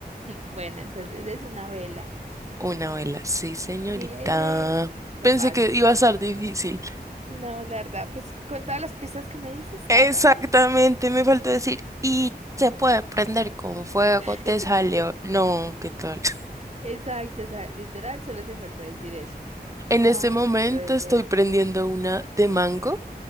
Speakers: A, on the right (about 40°); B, on the right (about 20°).
A: Bueno, entonces es una vela.
B: Una vela. Sí, señorita.
A: Bien, está
B: Pensé
A: fácil.
B: que iba a ser difícil.
A: No, la verdad, pues con todas las pistas que me dices, estaba
B: Exactamente,
A: fácil.
B: me faltó decir. Y se puede prender con fuego,
A: <laughs>
B: te salió. No, ¿qué tal? <laughs>
A: Exacto, o sea, literal, solo te faltó decir eso.
B: En
A: No,
B: este
A: esto
B: momento
A: debe ser.
B: estoy prendiendo una de mango